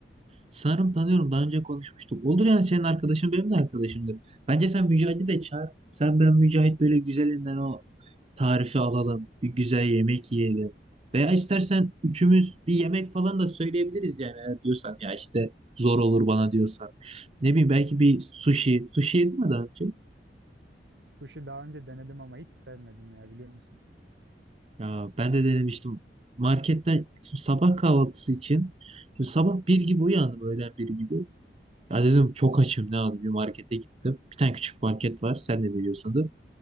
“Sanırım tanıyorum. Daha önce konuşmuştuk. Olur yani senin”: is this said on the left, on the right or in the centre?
Right